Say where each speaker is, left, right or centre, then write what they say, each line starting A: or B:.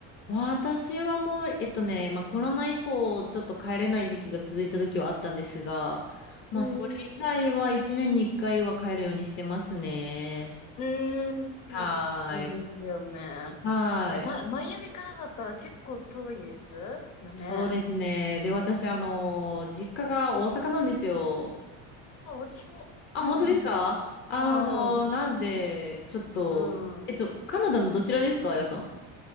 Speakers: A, on the left; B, on the left.
A: 私はもう、えっとね、まあ、コロナ以降、ちょっと帰れない時期が続いた時はあったんですが、まあ、
B: うんうん。
A: それ以外は1年に1回は帰るようにしてますね。
B: うーん。
A: はーい。
B: そうですよね。
A: はーい。
B: え、ま、マイアミからだったら結構遠いですよね。
A: そうですね。で、私、あの、実家が大阪なんですよ。
B: うんあ、私も。
A: あ、
B: <laughs>
A: 本当ですかあの、
B: ああ、
A: なんで、ちょっと、
B: う
A: えっと、
B: ん。
A: カナダのどちらですか、あやさん。